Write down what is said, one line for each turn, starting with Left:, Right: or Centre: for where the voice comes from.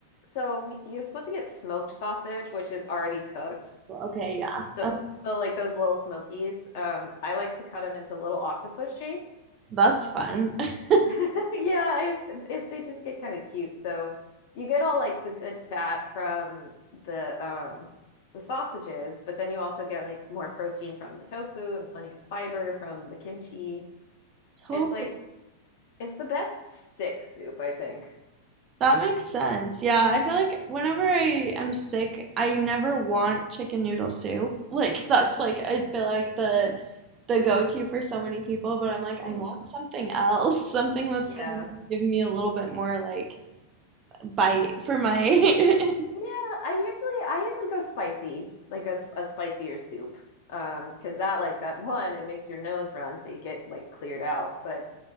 Left: So we, you're supposed to get smoked sausage, which is already cooked,
Right: Well, Okay, yeah.
Left: So,
Right: Uh,
Left: so like those little smokies, um, I like to cut them into little octopus shapes.
Right: that's fun. <laughs>
Left: <laughs> Yeah, I, it, they just get kind of cute. So you get all like the good fat from the um the sausages, but then you also get like more protein from the tofu and plenty of fiber from the kimchi.
Right: Totally.
Left: It's like it's the best sick soup, I think.
Right: That makes sense. Yeah, I feel like whenever I am sick, I never want chicken noodle soup. <laughs> Like that's like I feel like the the go-to for so many people, but I'm like
Left: hmm
Right: I want something else, <laughs> something that's
Left: Yeah.
Right: gonna give me a little bit more like bite for my <laughs>
Left: Yeah, I usually I usually go spicy, like a, s- a spicier soup. Um, because that like that one, it makes your nose run, so you get like cleared out. But